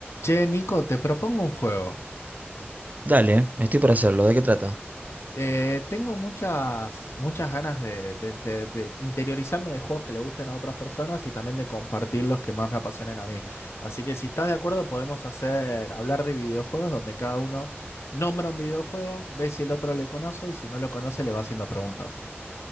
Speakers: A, on the left; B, on the right.
A: Che, Nico, te propongo un juego.
B: Dale, estoy para hacerlo. ¿De qué trata?
A: Eh, tengo muchas, muchas ganas de, de inte- de interiorizarme de juegos que le gusten a otras personas y también de compartir los que más me apasionen a mí. Así que si estás de acuerdo, podemos hacer hablar de videojuegos donde cada uno nombra un videojuego, ve si el otro le conoce y si no lo conoce le va haciendo preguntas.